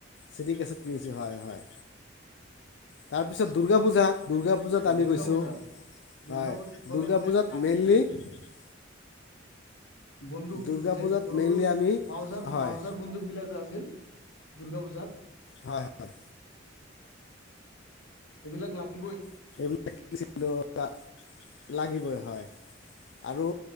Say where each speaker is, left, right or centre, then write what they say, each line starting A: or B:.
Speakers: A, on the left (about 65°); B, on the left (about 90°).
A: চিছত কিনিছো হয়, হয়। তাৰপিছত
B: চিডি
A: দুূৰ্গা
B: যিটো
A: পূজাত। পূজাত আমি
B: দুৰ্গা
A: গৈছো
B: পূজাত, দুৰ্গা
A: হয়।
B: পূজাত গ'লে
A: দুৰ্গা
B: মানে
A: পূজাত
B: আহি
A: মেইনলি। <unintelligible>
B: বন্দুক
A: দুৰ্গা
B: এই যে
A: পূজাত
B: সৰু
A: মেইনলি
B: সৰু
A: আমি
B: মাউজাৰ
A: হয়
B: মউজাৰ বন্দুক বিলাক। আছিল দুৰ্গা পূজাত।
A: হয়, হয়।
B: এইবিলাক লাগি বৈ।
A: <unintelligible> লাগিবই হয় আৰু